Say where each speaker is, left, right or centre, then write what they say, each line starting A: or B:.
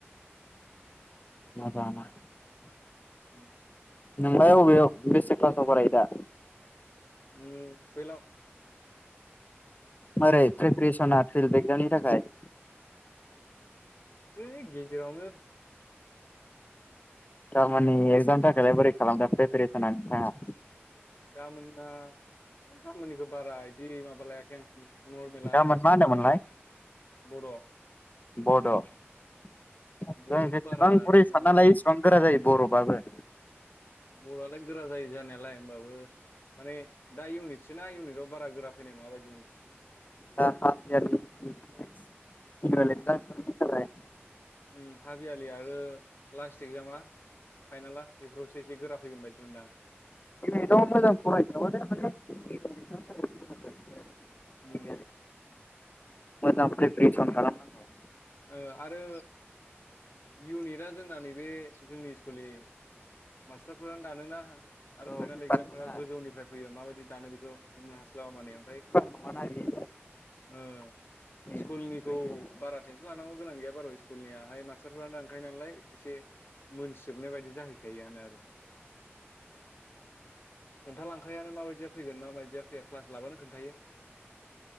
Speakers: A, on the left (about 40°); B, on the left (about 55°).
A: मोजांआनो
B: औ।
A: नोंलाय अबेयाव बेसे क्लासाव फरायोदा।
B: आङो तुवेलाव
A: मारै प्रिपेरेसना फिल्ड एक्जामनि थाखाय?
B: ओइ गेजेरावनो।
A: दामानि एकजामनि थाखायलाय बोरै खालामदों प्रेपारेसना नोंथाङा?
B: गाबोनना गाबोननिखौ बारा इदि माबा लायाखै आं। नरमेलानो
A: गाबोन मा होनदोंमोनलाय?
B: बड'
A: बड' जों
B: बड'खौ
A: जेसेबां
B: बारा
A: गुरै
B: टेनसन
A: साननालायो
B: लाया
A: एसेबां गोरा जायो बर'बाबो।
B: बर'आलाय गोरा जायो जानायालाय होमबाबो। माने दा इउनिटसो ना इउनिटआव बारा गोरा फैनाय नङाबायदि।
A: दा हाफेयारलि एनुवेल एकजामफोरनि थाखाय
B: उम हाफ इयारनि आरो लास्ट एक्जामा फाइनाला बेफोरावसो एसे गोरा फैगोन बायदि मोनदां।
A: इउनिटआव मोजां फरायखाबानो माने एनुयेल एक्जामफोरा मोजां जायो आरो
B: उम
A: मोजां प्रेपारेसन खालाम नांगौ।
B: ओ आरो इउनिटआ जोंना नैबे जोंनि स्कुलनि मास्टारफोरानो दानोना। आरो
A: औ
B: फाइनाल
A: पेपारखौ
B: एकजामफोरा
A: ना
B: गोजौनिफ्राय फैयो माबायदि दानो बेखौ बुंनो हास्लाबा माने ओमफ्राय
A: नङा ना बि
B: ओ स्कुलनिखौ
A: फोरोंगिरिनि
B: बारा नाव गोनां गैया बारा' स्कुलनियाहाय मासटारफ्रानो दानखायो नालाय एसे मोनसोबनाय बायदि जाहैखायोआनो आरो। खोन्थालांखायोनो मा बायदिया फैगोन माबायदिया फैया क्लास लाबानो खोन्थायो।